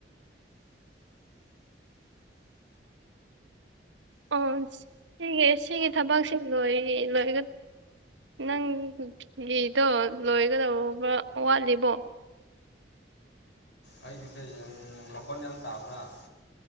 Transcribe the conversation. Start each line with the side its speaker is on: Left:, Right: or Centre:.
Right: ꯑꯣ ꯁꯤꯒꯤ ꯁꯤꯒꯤ ꯊꯕꯛꯁꯦ ꯂꯣꯏ ꯂꯣꯏꯒ ꯅꯪ ꯒꯤꯗꯣ ꯂꯣꯏꯒꯗꯧꯕ ꯋꯥꯠꯂꯤꯕꯣ
Left: ꯑꯩꯒꯤꯁꯦ ꯌꯪ ꯃꯈꯣꯟ ꯌꯥꯝ ꯇꯥꯕ꯭ꯔꯥ